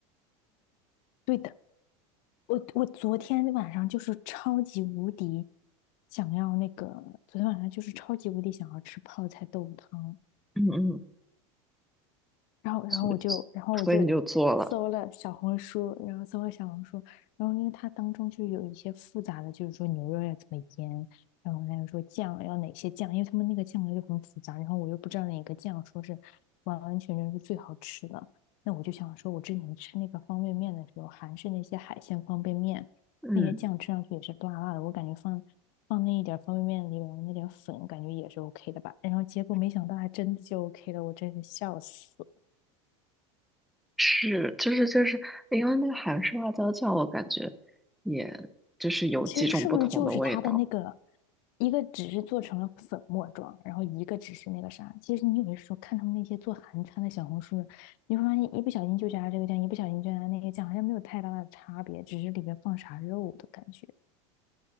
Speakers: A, on the left; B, in the centre.
A: 对的，我我昨天晚上就是超级无敌想要那个，昨天晚上就是超级无敌想要吃泡菜豆腐汤，
B: 嗯嗯，
A: 然后，然后我就，
B: 所以
A: 然后我就
B: 所以你就做了，
A: 搜了小红书，然后搜了小红书，然后因为它当中就有一些复杂的，就是说牛肉要怎么腌，然后还有说酱要哪些酱，因为他们那个酱料就很复杂，然后我又不知道哪个酱说是完完全全是最好吃的，那我就想说，我之前吃那个方便面的时候，韩式那些海鲜方便面，
B: 嗯，
A: 那些酱吃上去也是辣辣的，我感觉放。放那一点方便面里边那点粉，感觉也是 OK 的吧。然后结果没想到还真的就 OK 了，我真是笑死。
B: 是，就是就是，因为那个韩式辣椒酱，我感觉也就是有几种不同的味道。
A: 其实是不是就是它的那个，一个只是做成了粉末状，然后一个只是那个啥。其实你有的时候看他们那些做韩餐的小红书，你会发现一不小心就加这个酱，一不小心就加那个酱，好像没有太大的差别，只是里面放啥肉的感觉。